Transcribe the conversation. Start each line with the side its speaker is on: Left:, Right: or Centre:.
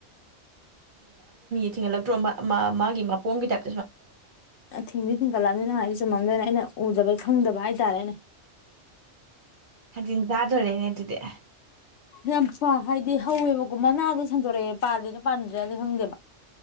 Right: ꯊꯤꯡꯍꯜꯂꯛꯇ꯭ꯔꯣ ꯃꯥ ꯃꯥ ꯃꯥꯒꯤ ꯃꯄꯣꯝꯒꯤ ꯇꯥꯏꯞ
Left: ꯊꯤꯡꯗꯤ ꯊꯤꯡꯒꯠꯂꯑꯝꯅꯤ ꯅꯪꯅ ꯍꯥꯏꯗꯤ ꯆꯨꯝꯃꯝꯗꯣꯏꯅꯦ ꯑꯩꯅ ꯎꯗꯕꯩ ꯈꯪꯗꯕ ꯍꯥꯏꯇꯥꯔꯦꯅꯦ
Right: ꯊꯥꯡꯖꯤꯡ ꯆꯥꯗꯧꯔꯦꯅꯦ ꯐꯗꯨꯗꯤ
Left: ꯌꯥꯝ ꯍꯥꯏꯗꯤ ꯍꯧꯋꯦꯕꯀꯣ ꯃꯅꯥꯗꯣ ꯁꯟꯗꯣꯔꯛꯑꯦ ꯄꯥꯜꯂꯤꯔ ꯄꯥꯟꯗ꯭ꯔꯤꯔꯗꯤ ꯈꯪꯗꯦꯕ